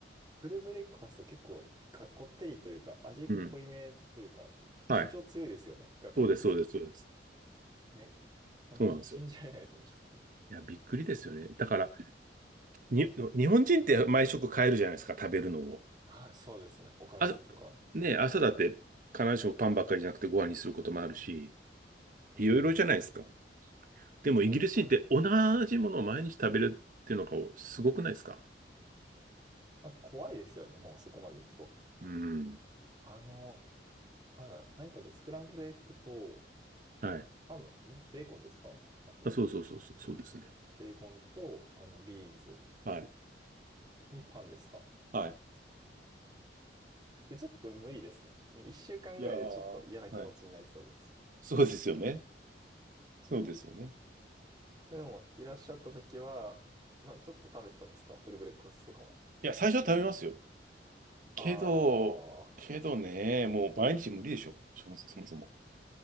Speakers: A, on the right; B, on the right.
A: フルブレックファスト結構かこってりというか、味濃いめというか、
B: うん。はい。
A: 主張強いですよね、比較的。
B: そうです、そうです、そうです。
A: ね、本当に信じられないですね、
B: そうなんですよ。
A: ちょっと。
B: いや、びっくりですよね。だから、に、日本人って毎食変えるじゃないですか、食べるのを。
A: はい、そうですね。おかずとか。
B: あ、ねえ、朝だって必ずしもパンばっかりじゃなくてご飯にすることもあるし、
A: うー
B: いろいろじゃないですか。
A: ん、
B: でもイギリス人って同じものを毎日食べるっていうのがすごくないですか
A: そうですね。なんか怖いですよね、もうそこまで行くと。
B: うん。
A: あの、なんだ、何食べ、スクランブルエッグと、
B: はい。
A: ハム、んベーコンですかあと、
B: あ、そうそうそうそう、そうですね。
A: ベーコンと、あの、ビーンズ
B: はい。
A: にパンですか
B: はい。
A: え、ちょっと無理ですね。一週間ぐらいでちょっと嫌な気持ちになりそうです。
B: いやー、はい。そうですよね。そうですよね。
A: でも、いらっしゃった時は、まあ、ちょっと食べてたんですかフルブレックファストとかも。
B: いや、最初は食べますよ。けど、
A: ああ、
B: けどね、もう毎日無理でしょ。そもそもそもそも。